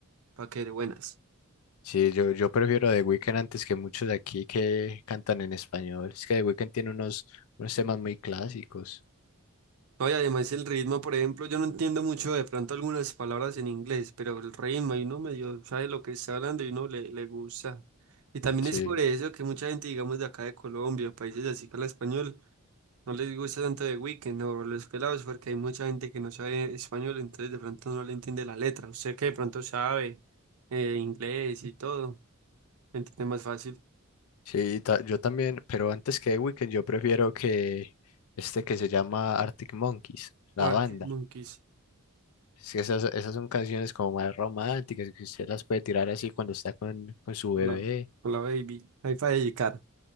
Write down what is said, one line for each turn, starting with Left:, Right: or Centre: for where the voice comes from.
Right: pa' que de buenas.
Left: Sí, yo, yo prefiero The Weeknd antes que muchos de aquí que cantan en español. Es que The Weeknd tiene unos, unos temas muy clásicos.
Right: No, y además el ritmo, por ejemplo, yo no entiendo mucho de pronto algunas palabras en inglés, pero el ritmo, y uno medio sabe lo que está hablando y uno le, le gusta. Y también
Left: Sí,
Right: es por eso que mucha gente, digamos, de acá de Colombia, países así que habla español, no les gusta tanto de Weekend o los pelados, porque hay mucha gente que no sabe español, entonces de pronto no le entiende la letra. Usted que de pronto sabe eh, inglés y todo, entiende más fácil.
Left: sí, ta- yo también, pero antes que The Weeknd yo prefiero que este que se llama Arctic Monkeys, la
Right: Arctic
Left: banda.
Right: Monkeys.
Left: Es que esas, esas son canciones como más románticas, que usted las puede tirar así cuando está con, con su
Right: Hola,
Left: bebé.
Right: hola baby. Hay para dedicar.